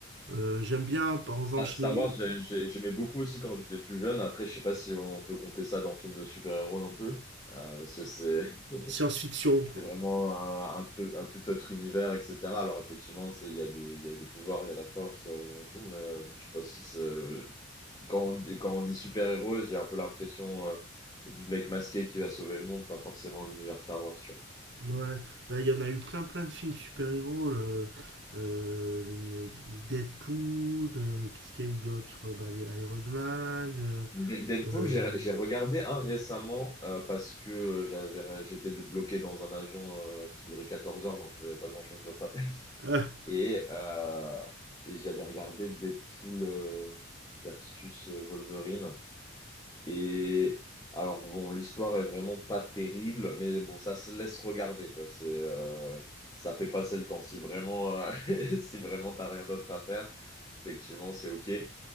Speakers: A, on the right (about 55°); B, on the left (about 20°).
A: Euh, j'aime bien, en revanche,
B: Star, Star
A: les
B: Wars, j'ai- j'ai- j'aimais beaucoup aussi quand j'étais plus jeune. Après, je sais pas si on peut compter ça dans film de super-héros non plus, euh, parce que c'est <laughs>
A: science-fiction, quoi.
B: c'est vraiment un, un peu- un tout autre univers, etc. Alors effectivement, c'est- il y a des, il y a des pouvoirs, il y a la force euh, et tout, mais euh, je sais pas si c'est... Quand on dit, quand on dit super-héros, j'ai un peu l'impression euh, du mec masqué qui va sauver le monde, pas forcément l'univers Star Wars,
A: Ouais, bah il y en a eu plein plein de films super-héros, le- euh, les, les Deadpool, euh, qu'est-ce qu'il y a eu d'autre? Euh, Bah les Iron Man,
B: D- Deadpool,
A: euh,
B: j'ai j'ai regardé un récemment euh, parce que j'avais j'étais de- bloqué dans un avion euh, qui durait 14 heures, donc je n'avais pas grand-chose d'autre à faire.
A: euh, ah,
B: Et, euh, et j'avais regardé Deadpool euh, versus euh, Wolverine. Et alors, bon, l'histoire est vraiment pas terrible, mais bon, ça se laisse regarder, quoi. C'est, euh, ça fait passer le temps. Si vraiment, euh, <laughs> si vraiment t'as rien d'autre à faire, effectivement, c'est OK. Et,